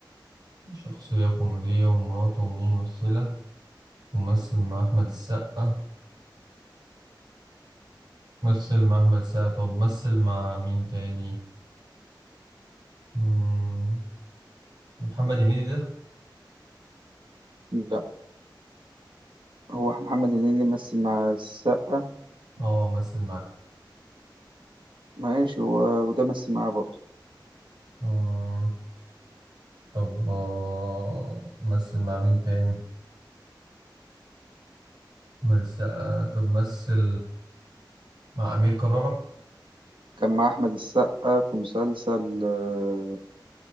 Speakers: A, on the right (about 65°); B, on the right (about 85°).
A: شخصية كوميدية ومراته ممثلة ومثل مع أحمد السقا مثل مع أحمد السقا طب مثل مع مين تاني مم، محمد هنيدي ده
B: لا هو محمد هنيدي مثل مع السقا
A: اه مثل
B: ماشي هو وده مثل معاه برضه
A: معاه طب آه، مثل مع مين تاني مثل آه، طب مثل مع أمير كرارة
B: كان مع أحمد السقا في مسلسل آه،